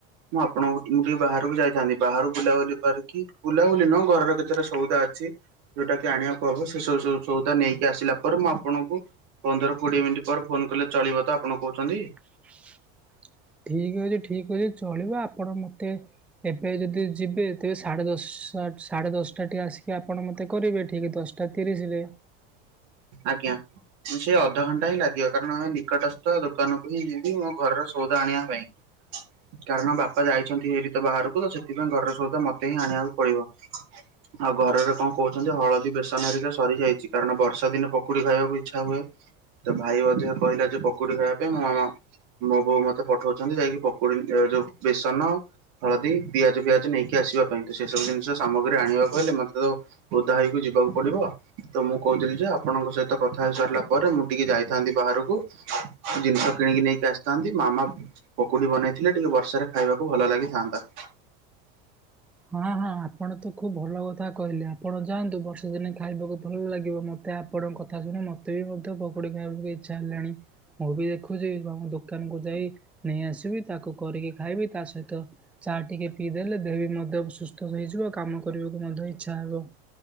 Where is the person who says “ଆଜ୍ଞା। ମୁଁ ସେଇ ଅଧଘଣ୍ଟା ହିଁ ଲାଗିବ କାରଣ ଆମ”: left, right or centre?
Right